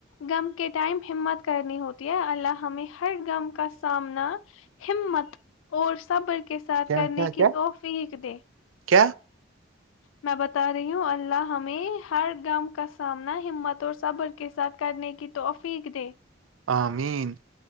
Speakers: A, on the left; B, on the right.
A: گم ٹائم ہمت کرنی ہوتی ہے اللہ ہمیں ہر غم کا سامنا ہمت اور صبر کے کے ساتھ
B: کیا
A: کرنے
B: کیا
A: کی
B: کیا
A: توفیق دے
B: کیا
A: میں بتا رہی ہوں اللہ ہمیں ہر گم کا سامنا ہمت اور صبر کے ساتھ کرنے کی تو افیق دے
B: آمین